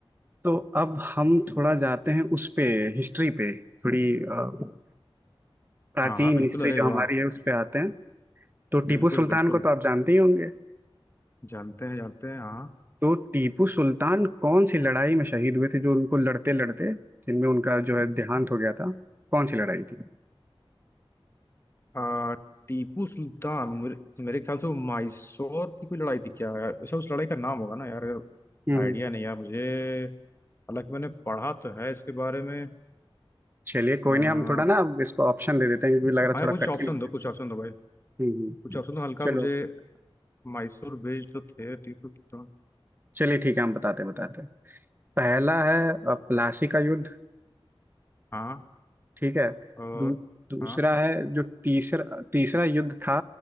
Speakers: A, on the right; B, on the left.
A: तो अब हम थोड़ा जाते हैं उस पे हिस्ट्री पे थोड़ी अ, प्राचीन
B: हाँ हाँ बिल्कुल
A: हिस्ट्री
B: अरे
A: जो हमारी
B: वाह
A: है उस पे आते हैं तो
B: बिल्कुल
A: टीपू सुल्तान
B: बिल्कुल
A: को तो आप जानते ही होंगे
B: जानते हैं जानते हैं हाँ
A: तो टीपू सुल्तान कौन सी लड़ाई में शहीद हुए थे जो उनको लड़ते लड़ते जिनमें उनका जो है देहांत हो गया था कौन सी लड़ाई थी
B: आ, टीपू सुल्तान मेरे, मेरे ख्याल से वो माइसोर की कोई लड़ाई थी क्या यार अच्छा उस लड़ाई का नाम होगा ना यार
A: हम्म
B: आइडिया नहीं यार मुझे हालांकि मैंने पढ़ा तो है इसके बारे में
A: चलिए कोई
B: आ, हाँ
A: नहीं हम थोड़ा ना अब इसको ऑप्शन दे देते हैं क्योंकि लग रहा है
B: यार,
A: थोड़ा
B: कुछ
A: कठिन
B: ऑप्शन
A: हो गया
B: दो कुछ ऑप्शन दो भाई
A: हम्म हम्म।
B: कुछ ऑप्शन दो हल्का
A: चलो
B: मुझे माइसोर बेस्ड तो थे टीपू सुल्तान
A: चलिए ठीक है हम बताते बताते पहला है अ, प्लासी का युद्ध
B: हाँ
A: ठीक है
B: और
A: दू, दूसरा
B: हाँ
A: है जो तीसरा तीसरा युद्ध था